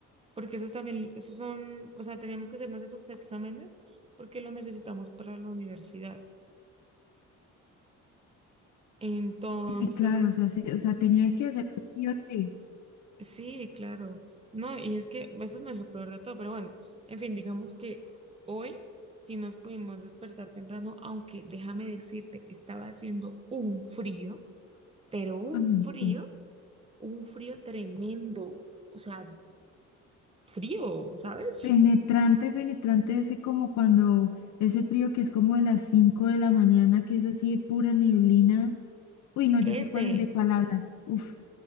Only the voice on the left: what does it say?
Sí, claro, o sea, sí, o sea, tenía que hacerlo sí o sí.
Ay,
sí.
Penetrante, penetrante ese como cuando ese frío que es como de las 5 de la mañana, que es así de pura neblina. Uy, no,
yo sé cuál de cuál hablas. Uf,